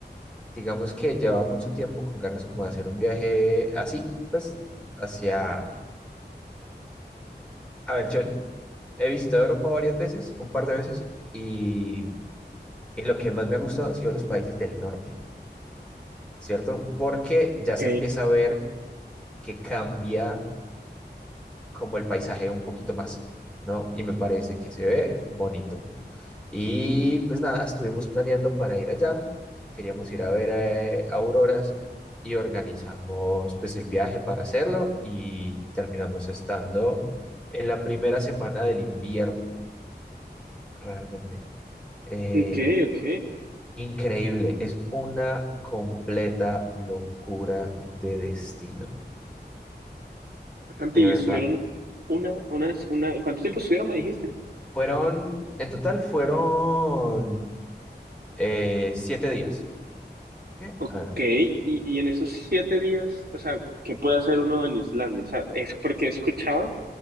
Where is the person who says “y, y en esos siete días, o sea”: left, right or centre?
Right